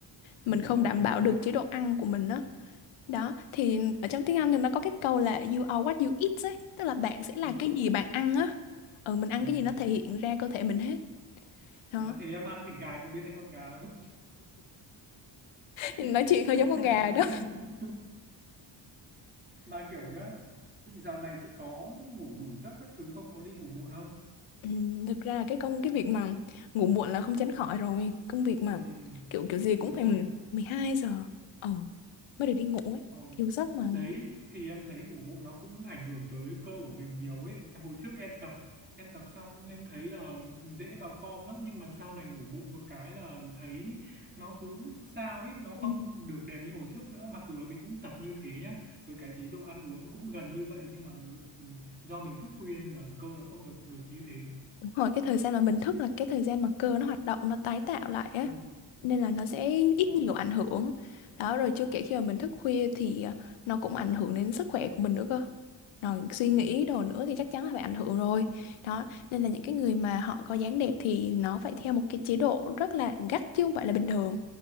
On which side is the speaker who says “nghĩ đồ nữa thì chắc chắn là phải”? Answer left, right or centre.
Left